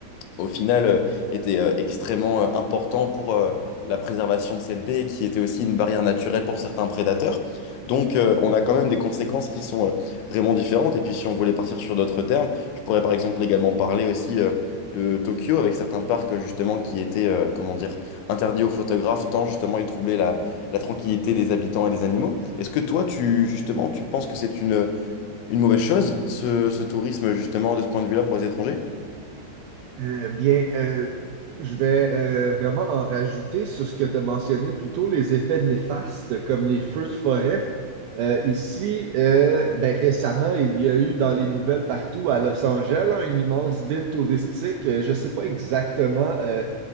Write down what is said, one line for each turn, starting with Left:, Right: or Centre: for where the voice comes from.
Left: au final, euh, était euh, extrêmement euh, important pour euh, la préservation de cette baie et qui était aussi une barrière naturelle pour certains prédateurs. Donc, euh, on a quand même des conséquences qui sont euh, vraiment différentes. Et puis, si on voulait partir sur d'autres termes, je pourrais par exemple également parler aussi euh, de Tokyo avec certains parcs euh, justement qui étaient, euh, comment dire, interdits aux photographes tant justement ils troublaient la, la tranquillité des habitants et des animaux. Est-ce que toi, tu justement, tu penses que c'est une, une mauvaise chose, ce, ce tourisme justement de ce point de vue-là pour les étrangers?
Right: Euh, bien, euh, je vais euh, vraiment en rajouter sur ce que tu as mentionné plus tôt, les effets néfastes comme les feux de forêt. Euh, ici, euh, ben, récemment, il y a eu dans les nouvelles partout à Los Angeles, hein, une immense ville touristique. Euh, Je ne sais pas exactement euh,